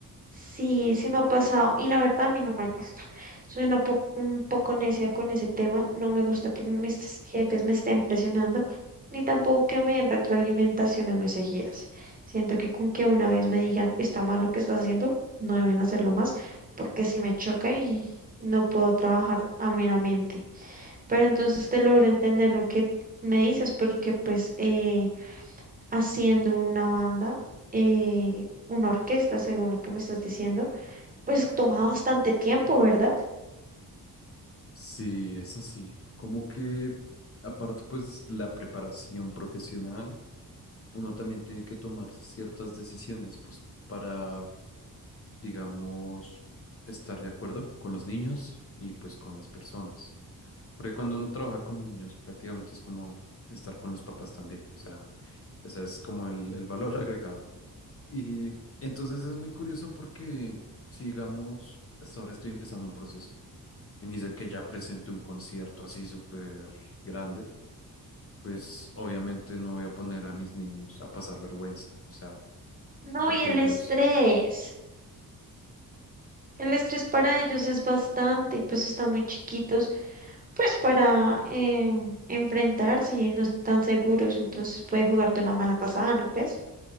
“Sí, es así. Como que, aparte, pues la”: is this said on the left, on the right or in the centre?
Left